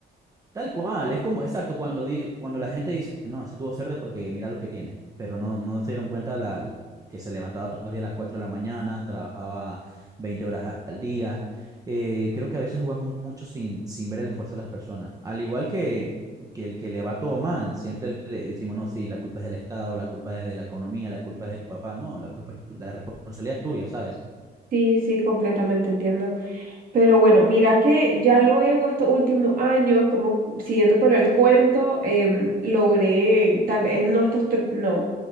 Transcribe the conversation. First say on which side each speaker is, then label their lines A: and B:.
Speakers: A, on the right (about 20°); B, on the right (about 50°).
A: Tal cual, es como, exacto, cuando, di- cuando la gente dice, no, ese tuvo cerdo porque mira lo que tiene, pero no, no se dieron cuenta la, que se levantaba todos los días a las 4 de la mañana, trabajaba 20 horas al día. Eh, creo que a veces jugamos mucho sin, sin ver el esfuerzo de las personas. Al igual que, que el que le va todo mal, siempre le decimos, no, sí, la culpa es del Estado, la culpa es de la economía, la culpa es de tu papá. No, la culpa es tu- la responsabilidad es tuya, ¿sabes?
B: Sí, sí, completamente entiendo. Pero bueno, mira que ya luego, estos últimos años, como cu- siguiendo con el cuento, em, logré, tal vez no estos, tre- no.